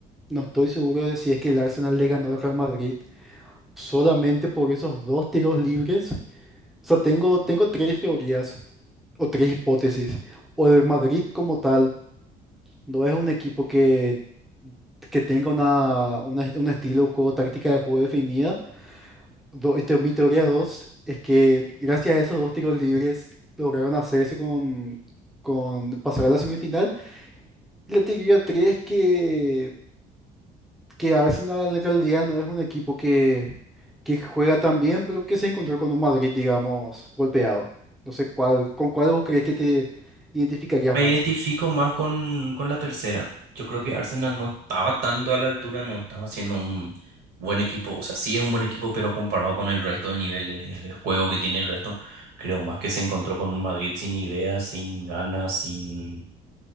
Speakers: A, in the centre; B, on the right.
A: No estoy seguro de si es que el Arsenal le ganó al Real Madrid solamente por esos dos tiros libres. O sea, tengo, tengo tres teorías o tres hipótesis. O el Madrid como tal no es un equipo que, que tenga una, una- un estilo de juego, táctica de juego definida. Do- este, mi teoría dos es que gracias a esos dos tiros libres lograron hacerse con, con pasar a la semifinal. Y la teoría tres que... que Arsenal en realidad no es un equipo que, que juega tan bien, pero que se encontró con un Madrid, digamos, golpeado. No sé cuál, con cuál vos crees que te identificarías
B: Me
A: más.
B: identifico más con, con la tercera. Yo creo que Arsenal no estaba tanto a la altura, no estaba siendo un buen equipo. O sea, sí es un buen equipo, pero comparado con el resto, el nivel de, de juego que tiene el resto, creo más que se encontró con un Madrid sin ideas, sin ganas, sin,